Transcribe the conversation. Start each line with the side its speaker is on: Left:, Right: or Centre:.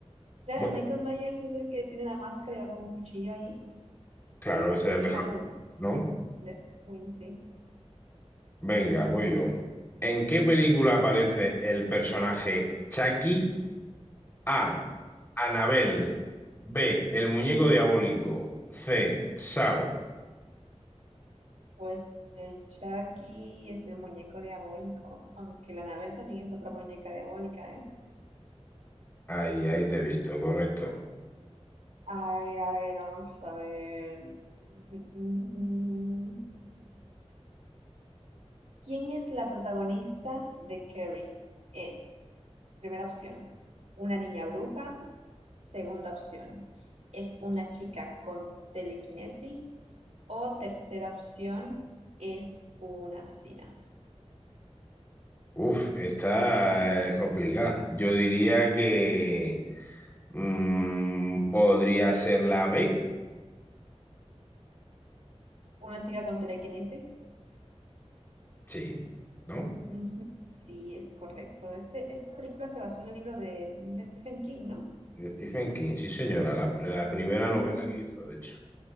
Right: claro,
Left: Bueno,
Right: Michael Myers es el que tiene la máscara y va con un cuchillo ahí,
Left: claro, ese es el
Right: de
Left: de
Right: Halloween,
Left: Halloween, ¿no?
Right: de Halloween, sí.
Left: Venga, voy yo. ¿En qué película aparece el personaje Chucky? A. Anabel. B. El muñeco diabólico. C. Saw.
Right: Pues el Chucky es el muñeco diabólico, aunque la Anabel también es otra muñeca diabólica, ¿eh?
Left: Ahí, ahí te he visto, correcto.
Right: A ver, a ver, vamos a ver. Mm, mm, mm. ¿Quién es la protagonista de Carrie? Es, primera opción, una niña bruja, Segunda opción: es una chica con telequinesis o tercera opción es una asesina.
Left: Uf, está eh, complicada. Yo diría que mm, podría ser la B,
Right: Una chica con telequinesis.
Left: sí, ¿no?
Right: Ujú, Sí, es correcto. Este, esta película se basó en el libro de, de Stephen King, ¿no?
Left: De Stephen King, sí, señora, la, la primera
Right: Mm,
Left: novela que hizo, de hecho.